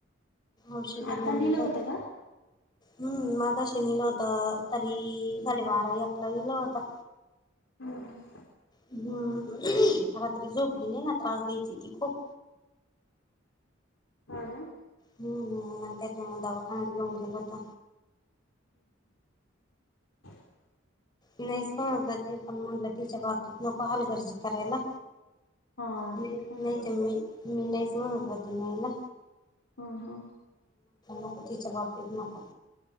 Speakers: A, on the left; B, on the left.
A: औषधधऊन
B: आता नेलं होतं
A: जा.
B: का?
A: हम्म मग कशी लिहिलं होत तरी साडेबाराही आपला लिहिलं होत.
B: हम्
A: हम्म रात्री झोपली नाही ना त्रास द्यायची ती खूप
B: हा
A: हम्म नय म दवाख ग गत
B: हम्म हम् <unintelligible>
A: नाहीण ते पण म्हणलं तिच्या बाबतीत नको हल गर्ज करायला.
B: हा
A: नाही
B: ते पण आहे
A: नाही तर मी मी नाहीच म्हणत होती नाहीयला.
B: हा हा
A: नकती जबाब दे नक